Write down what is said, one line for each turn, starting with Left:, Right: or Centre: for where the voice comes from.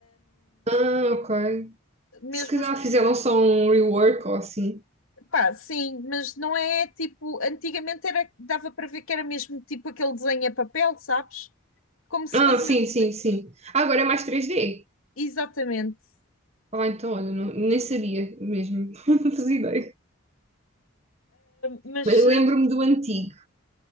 Right: Ah, ok. Se
Left: mesmo
Right: calhar
Left: os, pers-
Right: fizeram só um rework ou assim.
Left: pá, sim, mas não é tipo, antigamente era, dava para ver que era mesmo tipo aquele desenho a papel, sabes? Como se
Right: Ah,
Left: fazia
Right: sim,
Left: os
Right: sim,
Left: desenhos,
Right: sim. Ah, agora é mais 3D.
Left: exatamente.
Right: Ah, então, olha, não- nem sabia mesmo. <laughs> Não fazia ideia.
Left: Mas
Right: Mas lembro-me
Left: eh,
Right: do antigo.